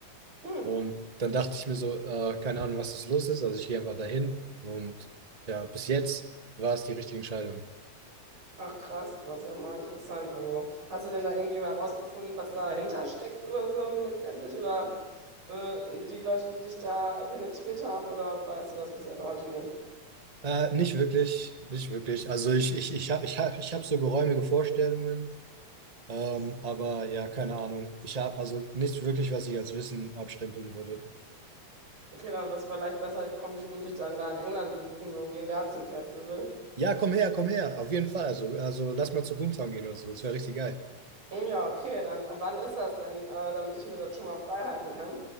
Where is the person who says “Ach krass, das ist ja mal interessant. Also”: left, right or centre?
Right